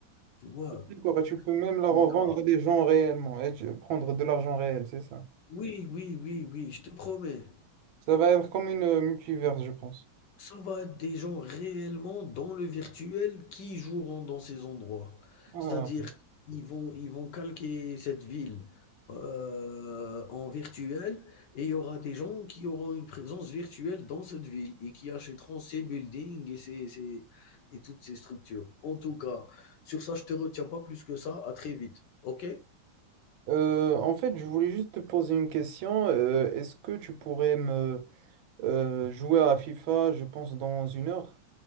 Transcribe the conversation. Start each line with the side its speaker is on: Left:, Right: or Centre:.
Left: Tu vois?
Right: D'accord, et tu peux même
Left: En
Right: la
Left: tout
Right: revendre
Left: cas
Right: à des gens réellement et tu- prendre de l'argent réel, c'est ça.
Left: Oui, oui, oui, oui, je te promets.
Right: Ça va être comme une euh, multiverse, je pense.
Left: Ça va être des gens réellement dans le virtuel qui joueront dans ces endroits.
Right: Ah.
Left: C'est-à-dire, ils vont ils vont calquer cette ville, heu, en virtuel et il y aura des gens qui auront une présence virtuelle dans cette ville et qui achèteront ces buildings et ces ces et toutes ces structures. En tout cas, sur ça, je te retiens pas plus que ça. À très vite, OK?
Right: Euh, en fait, je voulais juste te poser une question. euh, est-ce que tu pourrais me euh, jouer à FIFA, je pense, dans une heure?